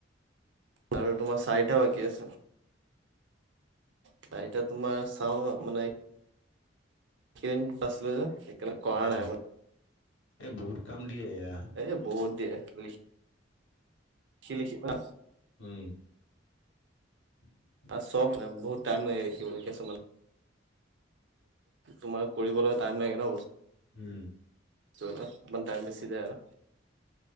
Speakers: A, on the right; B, on the left.
A: আৰু তোমাৰ চাৰিটা বাকী আছে! চাৰিটা তোমাৰ চাও মানে, ক্ৰীম আছিলে যে সেইকাৰণে কৰা
B: অ
A: নাই মানে
B: এই বহুত কাম দিয়ে এয়া
A: এ বহুত দিয়ে লিষ্টত কি লিখিবা
B: উম <unintelligible>
A: তা চব না বহুত টাইম লাগে লিখবলে কিছুমান। তোমাৰ কৰিবলৈ টাইম লাগে ন বস্তু
B: উম।
A: <unintelligible> টাইম বেছি যায় আৰু